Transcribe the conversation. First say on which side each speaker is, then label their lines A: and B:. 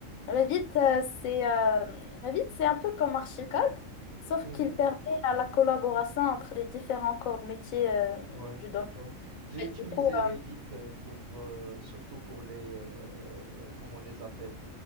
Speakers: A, on the left; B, on the right.
A: Revit, euh, c'est euh, Revit, c'est un peu comme Archicad, sauf
B: Mhm.
A: qu'il permet à la collaboration entre les différents corps de métier euh,
B: Ouais,
A: du domaine.
B: ouais. J'ai
A: Et
B: utilisé
A: du coup, euh,
B: Revit euh, pour, euh, surtout pour les, euh, euh, comment on les appelle?